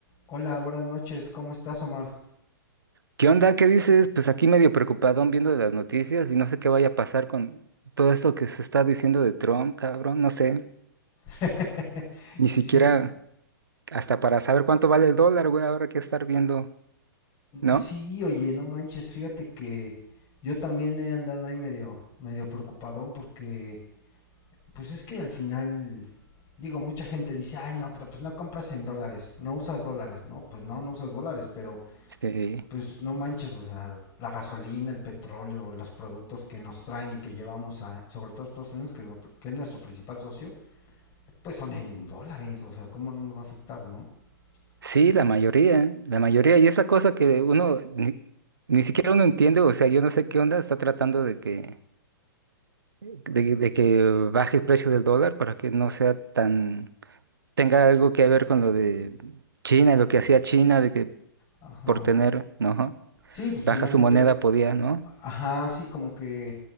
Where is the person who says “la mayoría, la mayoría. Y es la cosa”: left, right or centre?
Right